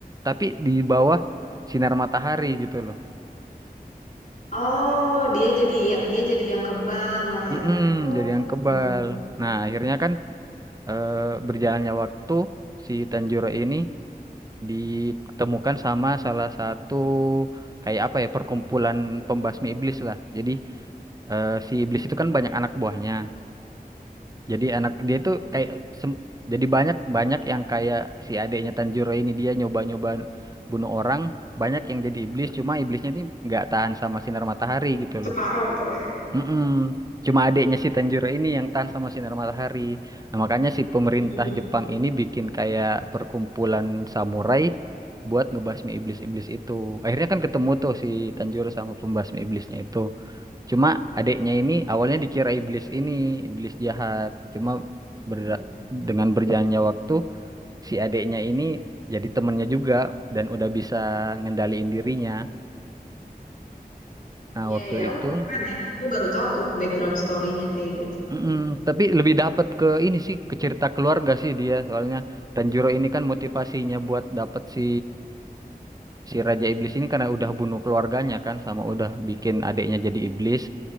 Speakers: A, on the right; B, on the left.
A: tapi di bawah sinar matahari gitu loh
B: Oh, dia jadi ya, dia jadi yang kebal malah
A: Mm-mm,
B: ya. Oh,
A: jadi
B: gitu.
A: yang kebal nah akhirnya kan eh, berjalannya waktu si Tanjiro ini ditemukan sama salah satu kayak apa ya perkumpulan pembasmi iblis lah jadi eh, si iblis itu kan banyak anak buahnya Jadi anak dia itu
B: Hmm.
A: kayak sem- jadi banyak banyak yang kayak si adeknya Tanjiro ini dia nyoba-nyoba bunuh orang, banyak yang jadi iblis, cuma iblisnya ini nggak tahan sama sinar matahari gitu
B: separuh
A: loh.
B: gitu lah.
A: Mm-mm. Cuma adiknya si Tanjiro ini yang tahan sama sinar matahari. Nah, makanya si pemerintah
B: Mm-mm.
A: Jepang ini bikin kayak perkumpulan samurai buat ngebasmi iblis-iblis itu. Akhirnya kan ketemu tuh si Tanjiro sama pembasmi iblisnya itu. Cuma adiknya ini awalnya dikira iblis ini, iblis jahat. Cuma
B: Mm-mm.
A: berda- dengan berjalannya waktu si adiknya ini jadi temennya juga dan udah bisa ngendaliin dirinya. Nah,
B: Iya
A: waktu
B: ya,
A: itu
B: oh keren ya. Aku baru tahu tuh background story-nya kayak gitu.
A: Mm-mm, tapi lebih dapat ke ini sih ke cerita keluarga sih dia soalnya Tanjiro ini kan motivasinya buat dapat si si Raja Iblis ini karena udah bunuh keluarganya kan sama udah bikin adiknya jadi iblis.